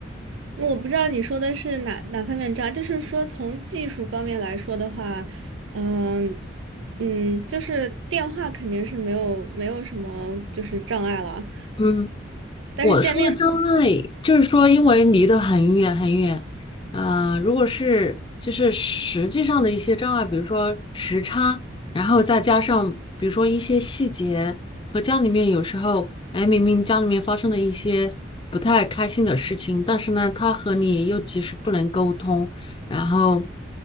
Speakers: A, on the right (about 75°); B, on the left (about 25°).
A: 我不知道你说的是哪哪方面渣，就是说从技术方面来说的话，嗯嗯，就是电话肯定是没有没有什么就是障碍了，
B: 嗯。
A: 但是见面。
B: 我说的障碍就是说，因为离得很远很远，呃，如果是就是实际上的一些障碍，比如说时差，然后再加上比如说一些细节和家里面有时候，哎，明明家里面发生了一些不太开心的事情，但是呢，他和你又及时不能沟通，然后